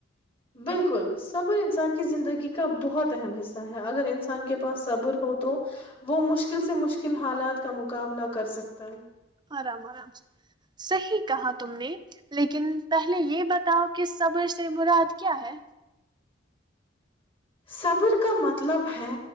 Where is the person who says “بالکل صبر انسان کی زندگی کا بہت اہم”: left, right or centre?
Left